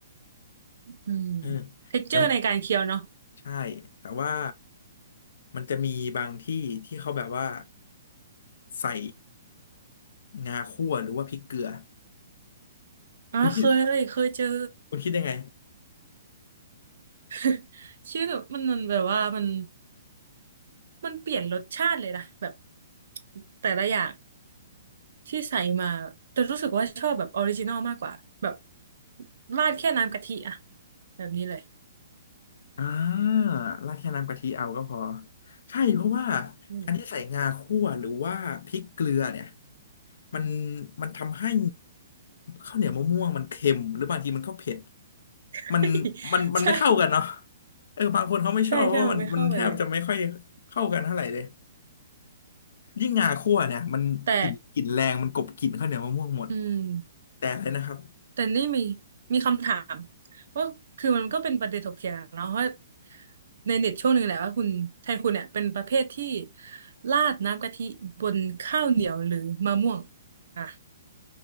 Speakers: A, on the right; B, on the left.
A: อืม
B: เออ
A: เท็กเจอร์ในการเคี้ยวเนาะ
B: แต่ใช่แต่ว่ามันจะมีบางที่ที่เขาแบบว่าใส่งาคั่วหรือว่าพริกเกลือ
A: อ๋อเคยเลยเคยเจอ
B: คุณคิดคุณคิดยังไง
A: <laughs> ชื่อแบบมันมันแบบว่ามันมันเปลี่ยนรสชาติเลยนะแบบแต่ละอย่างที่ใส่มาแต่รู้สึกว่าชอบแบบออริจินอลมากกว่าแบบราดแค่น้ำกะทิอะแบบนี้เลย
B: อ่าราดแค่น้ำกะทิเอาก็พอใช่เพราะว่า
A: อืม
B: อันที่ใส่งาคั่วหรือว่าพริกเกลือเนี่ยมันมันทำให้ข้าวเหนียวมะม่วงมันเค็มหรือบางทีมันก็เผ็ด
A: <laughs>
B: มันมันมันไม่เข้ากันเนาะ
A: ใช่
B: เออบางคนเขาไม่ชอบเพราะว่ามันมันแทบจะไม่ค่อย
A: ใช่ใช่มันไม่เข้ากันเลย
B: เข้ากันเท่าไหร่เลยยิ่งงาคั่วเนี่ยมันกลิ่นกลิ่นแรงมันกลบกลิ่นข้าวเหนียวมะม่วงหมด
A: แต่อืม
B: แต่เลยนะครับ
A: แต่นี่มีมีคำถามว่าคือมันก็เป็นประเด็นถกเถียงเนาะว่าในเน็ตช่วงหนึ่งแหละว่าคุณแทนคุณเนี่ยเป็นประเภทที่ราดน้ำกะทิบนข้าวเหนียวหรือมะม่วงอ่ะ